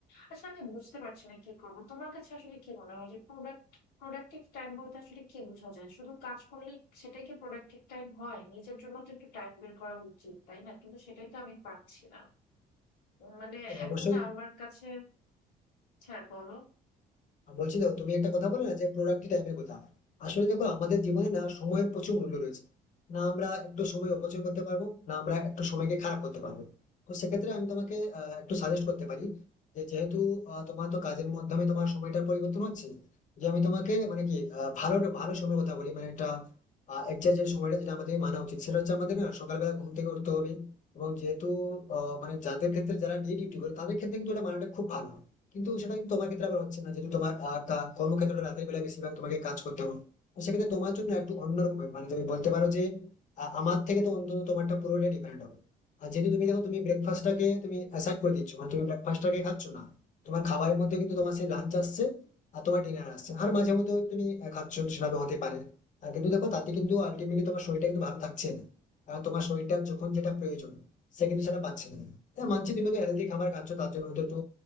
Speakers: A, on the left; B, on the left.
A: আচ্ছা আমি বুঝতে পারছি না কি করব তোমার কাছে আসলে কি মনে হয় যে প্রোডাক্ট প্রোডাক্টিভ টাইম বলতে আসলে কি বোঝা যায় শুধু কাজ করলেই সেটাই কি প্রোডাক্টিভ টাইম হয় নিজের জন্য তো একটু টাইম বের করা উচিত তাই না কিন্তু সেটাই তো আমি পারছি না মানে
B: হ্যাঁ,
A: এখন
B: অবশ্যই
A: না আমার কাছে হ্যাঁ বলো
B: আর বলছি তো তুমি একটা কথা বলে না যে প্রোডাক্টিভ টাইমের কথা আসলে দেখো আমাদের জীবনে না সময়ের প্রচুর মূল্য রয়েছে না আমরা একটু সময় অপচয় করতে পারবো না আমরা একটু সময়কে খারাপ করতে পারবো তো সেক্ষেত্রে আমি তোমাকে আহ, একটু সাজেস্ট করতে পারি যে যেহেতু আহ, তোমার তো কাজের মাধ্যমে তোমার সময়টা পরিবর্তন হচ্ছে যে আমি তোমাকে মানে কি আহ, ভালো ভালো সময়ের কথা বলি মানে একটা একজাক্ট যে সময়টা যেটা আমাদের মানা উচিত সেটা হচ্ছে আমাদের না সকালবেলা ঘুম থেকে উঠতে হবে এবং যেহেতু আহ, মানে যাদের ক্ষেত্রে যারা ডে ডিউটি করে তাদের ক্ষেত্রে কিন্তু এটা মানাটা খুব ভালো কিন্তু সেটা কিন্তু তোমার ক্ষেত্রে আবার হচ্ছে না যেহেতু তোমার আহ, কা- কর্মক্ষেত্রটা রাতের বেলা বেশিরভাগ তোমাকে কাজ করতে হবে তো সেক্ষেত্রে তোমার জন্য একটু অন্যরকম হবে। মানে তুমি বলতে পারো যে আহ, আমার থেকে তো অন্তত তোমারটা পুরোটা ডিপেন্ড হবে আর যেহেতু তুমি দেখো তুমি ব্রেকফাস্টটাকে তুমি অ্যাসাইড করে দিচ্ছ মানে তুমি ব্রেকফাস্টটাকে খাচ্ছ না তোমার খাবারের মধ্যে কিন্তু তোমার সেই লাঞ্চ আসছে আর তোমার ডিনার আসছে আর মাঝে মধ্যে হয়তো তুমি আহ, খাচ্ছ সেটা তো হতে পারে আর কিন্তু দেখো তাতে কিন্তু আলটিমেটলি তোমার শরীরটা কিন্তু ভালো থাকছে না কারণ তোমার শরীরটা যখন যেটা প্রয়োজন সে কিন্তু সেটা পাচ্ছে না হ্যাঁ মানছি তুমি একটা হেলদি খাবার খাচ্ছ তার জন্য হয়তো একটু